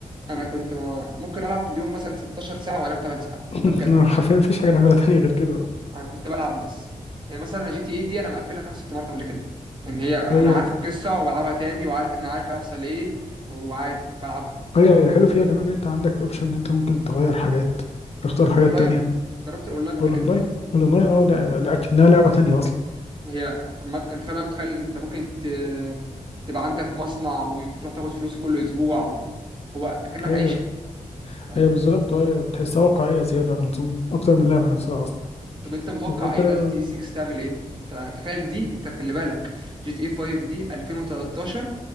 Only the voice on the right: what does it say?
انا كنت مو- ممكن العب في اليوم مثلا 16 ساعه وانام 8 ساعات
ده بجد
انا كنت بلعب بس يعني مثلا جي تي اي دي انا مقفلها خمس ست مرات قبل كده يعني هي انا
عارف القصه وبلعبها تاني وعارف ان عارف هيحصل ايه وعادي بلعبها
والاونلاين
جربت الاونلاين قبل
كده
هي عامة تخيل متخيل إن انت ممكن ت... تبقى عندك مصنع وتروح تاخد فلوسه كل اسبوع و... هو كأنك
عيشه فاهم
طب انت متوقع
ايه بقى جي تي اي 6 تعمل ايه انت تخيل دي انت خلي بالك جي تي اي 5 دي 2013